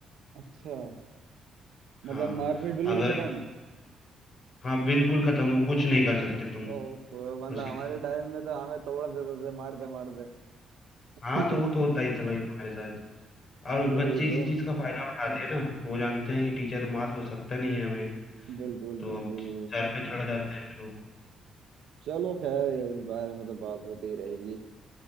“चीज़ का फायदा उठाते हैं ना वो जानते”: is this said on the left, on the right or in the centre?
Left